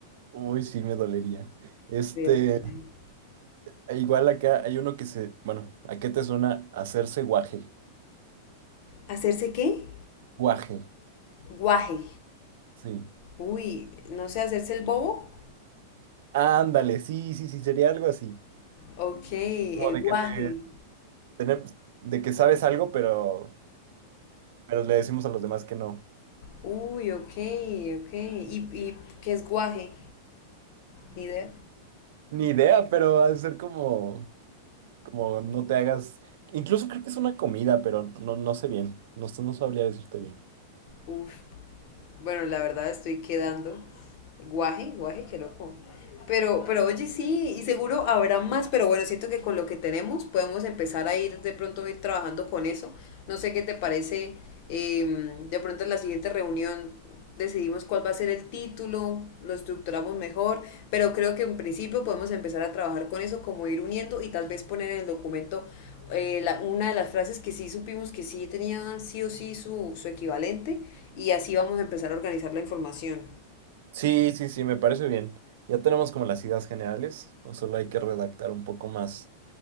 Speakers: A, on the right (about 55°); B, on the left (about 40°).
A: Uy, sí, me dolería. Este.
B: Sí, horrible.
A: E Igual acá hay uno que se, bueno, ¿a qué te suena hacerse guaje?
B: ¿Hacerse qué?
A: Guaje,
B: Guaje.
A: sí.
B: Uy, no sé, hacerse el bobo.
A: Ándale, sí, sí, sí, sería algo así.
B: Ok,
A: Como
B: el
A: de
B: guaje.
A: que te, tenemos- de que sabes algo, pero, pero le decimos a los demás que no.
B: Uy, ok, ok. ¿Y, y qué es guaje? Ni idea.
A: Ni idea, pero ha de ser como, como no te hagas. Incluso creo que es una comida, pero no, no sé bien. No, no sabría decirte bien.
B: Uf. Bueno, la verdad estoy quedando. Guaje, guaje, qué loco. Pero, pero oye, sí, y seguro habrá más, pero bueno, siento que con lo que tenemos podemos empezar a ir de pronto a ir trabajando con eso. No sé qué te parece, em, de pronto en la siguiente reunión decidimos cuál va a ser el título, lo estructuramos mejor, pero creo que en principio podemos empezar a trabajar con eso, como ir uniendo y tal vez poner en el documento eh, la- una de las frases que sí supimos que sí tenía sí o sí su, su equivalente y así vamos a empezar a organizar la información.
A: Sí, sí, sí, me parece bien. Ya tenemos como las ideas generales, o solo hay que redactar un poco más